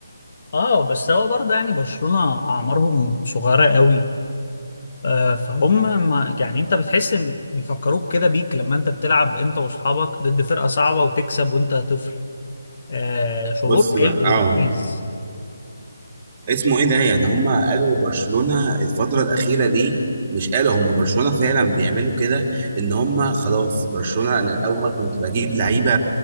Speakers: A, on the left (about 50°); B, on the right (about 25°).
A: اه بس هو برضه يعني برشلونه اعمارهم صغيره قوي آه، فهم ما يعني انت بتحس ان بيفكروك كده بيك لما انت بتلعب انت واصحابك ضد فرقة صعبة وتكسب وانت طفل آه شعور
B: بص
A: حلو
B: بقى
A: ولذيذ
B: اه اسمه ايه ده يعني هم قالوا برشلونة الفترة الأخيرة دي مش قالوا هم برشلونة فعلا بيعملوا كده ان هم خلاص برشلونة انا الاول كنت بجيب لعيبة